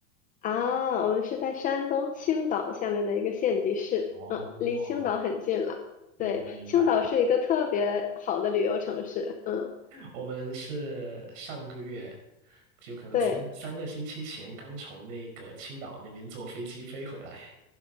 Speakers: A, on the left; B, on the right.
A: 啊，我们是在山东青岛下面的一个县级市，
B: 哦，
A: 嗯，离青岛很近了，
B: 明白明白。
A: 对，青岛是一个特别好的旅游城市，嗯，
B: 我们是上个月，就可能三三个星期前刚从那个青岛那边坐飞机飞回来。
A: 对。